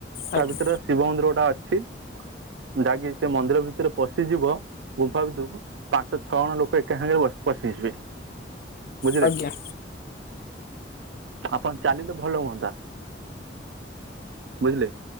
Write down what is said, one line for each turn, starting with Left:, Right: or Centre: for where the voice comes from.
Left: ଆଜ୍ଞା
Right: ତା ଭିତରେ
Left: ଆଜ୍ଞା
Right: ଶିବ ମନ୍ଦିର ଗୋଟା ଅଛି ଯାଇକି ସେ ମନ୍ଦିର ଭିତରେ ପଶିଯିବ। ଗୁମ୍ଫା ଭିତରୁକୁ ପାଞ୍ଚ ଛଅ ଜଣ ଲୋକ ଏକା ସାଙ୍ଗରେ ପଶିଯିବେ। ବୁଝିଲେ
Left: ଆଜ୍ଞା
Right: କି। ଆପଣ ଚାଲିଲେ ଭଲ ହୁଅନ୍ତା ବୁଝିଲେ